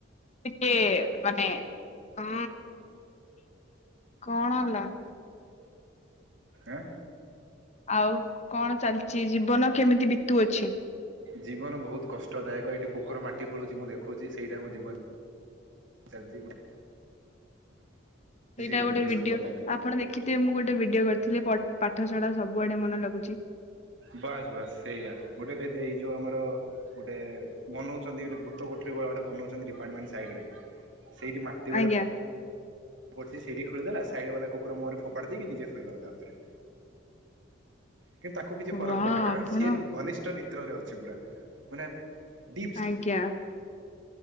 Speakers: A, on the left; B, on the right.
A: ଟିକେ ମାନେ ଉ କଣ ହେଲା।
B: ଆଁ।
A: ଆଉ କଣ ଚାଲିଛି ଜୀବନ କେମିତି ବିତୁଅଛି?
B: ଜୀବନ ବହୁତ କଷ୍ଟଦାୟକ ଏଠି କୁକୁର ମାଟି ଖୋଳୁଛି ମୁଁ ଦେଖୁଛି, ସେଇଟା ମୋ ଜୀବ ଚାଲଛି ମୁ
A: ସେଇଟା
B: କେମିତି
A: ଗୋଟେ
B: ଏଇ
A: ଭିଡିଓ
B: ଶୋଇପଇଲା ଏବେ
A: ଆପଣ ଦେଖିଥିବେ, ମୁଁ ଗୋଟେ ଭିଡିଓ କର ଥିଲେ, ପଠ ପାଠ ଛଡା ସବୁଆଡେ ମନ ଲାଗୁଛି।
B: ବାସ୍ ବାସ୍ ସେଇଆ ଗୋଟେ ଏଦ ଏଇ ଯୋଉ ଆମର ଗୋଟେ ବନୋଉଛନ୍ତି, ଗୋଟେ ଭୂତ କୋ ଥିବା ଗୋଟେ ବଉଛନ୍ତି ଡିପାର୍ଟମେଣ୍ଟ ସାଇଡ ରେ ସେଇଠି ମାଟି ଗୁଡା
A: ଆଜ୍ଞା
B: ପଡ଼ିଛି, ସେଇଠି ଖୋଳିଦେଲା ସାଇଡ୍ ବାଲା କୁକୁର ମୁହଁରେ ଫୋପାଡ଼ି ଦେଇକି ନିଜେ ସୋଇଗଲା ତା ଭିତରେ।
A: <inaudible>
B: କିନ୍ତୁ, ତାକୁ କିଛି ଫରକ
A: ବା
B: ପଡୁନି କାରଣ
A: ଆପଣ
B: ସିଏ ଘନିଷ୍ଠ ନିଦ୍ରରେ ଅଛି ପୁରା। ମାନେ ଡିପସ୍ଲିପ୍।
A: ଆଜ୍ଞା